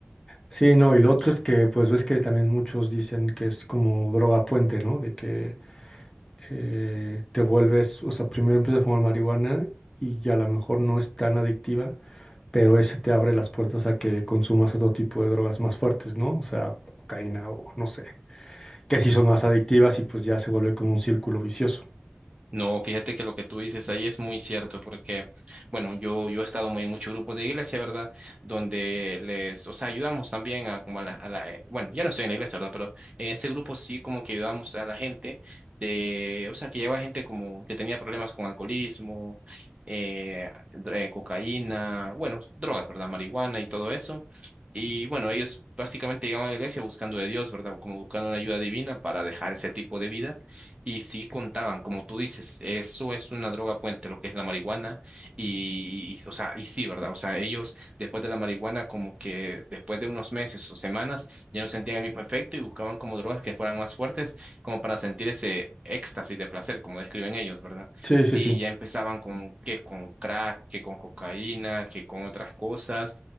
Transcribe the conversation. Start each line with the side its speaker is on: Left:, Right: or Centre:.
Left: Sí, no, y lo otro es que, pues ves que también muchos dicen que es como droga puente, ¿no? De que eh, te vuelves, o sea, primero empiezas a fumar marihuana y ya a lo mejor no es tan adictiva, pero ese te abre las puertas a que consumas otro tipo de drogas más fuertes, ¿no? O sea, cocaína o no sé, que sí son más adictivas y pues ya se vuelve como un círculo vicioso.
Right: No, fíjate que lo que tú dices ahí es muy cierto, porque, bueno, yo, yo he estado muy en muchos grupos de iglesia, ¿verdad? Donde les, o sea, ayudamos también a como a la, a la, eh, bueno, ya no estoy en la iglesia, ¿verdad? Pero en ese grupo sí como que ayudamos a la gente de, o sea, que lleva gente como que tenía problemas con alcoholismo, eh, do- eh, cocaína, bueno, drogas, ¿verdad? Marihuana y todo eso. Y bueno, ellos básicamente llegaban a la iglesia buscando de Dios, ¿verdad? Como buscando una ayuda divina para dejar ese tipo de vida y sí contaban, como tú dices, eso es una droga puente, lo que es la marihuana. Y, y, o sea, y sí, ¿verdad? O sea, ellos después de la marihuana, como que después de unos meses o semanas, ya no sentían el mismo efecto y buscaban como drogas que fueran más fuertes, como para sentir ese éxtasis de placer, como describen ellos, ¿verdad?
Left: Sí, sí,
Right: Y
Left: sí.
Right: ya empezaban con que con crack, que con cocaína, que con otras cosas.